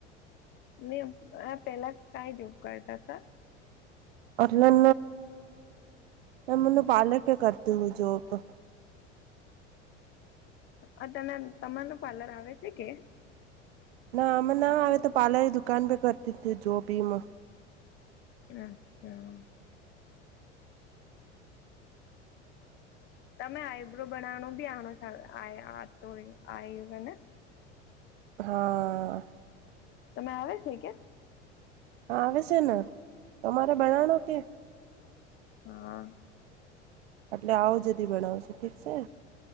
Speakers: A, on the left; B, on the right.
A: ની આ પહેલા કાઈ જોબ કરતા તા.
B: અઠલૈ ન મન પાલર ત કરતીવ જોબ તો.
A: અ તને તમાર ન પાર્લર આવે છે કે
B: ના મન ના આવે તો પાર્લર રે દુકાન ને કરતી હતી જોબ યુ
A: અચ્છા તમે આઈબ્રો બનાવવાનો બી આણો ચાવે આવતો વેઇ આય <unintelligible>
B: હા.
A: તમે આવે છે ક્યાં
B: હા આવે છે ને તમારે બનાવણો કે
A: હા.
B: એટલે આવો જદી બણાવશો ઠીક છે.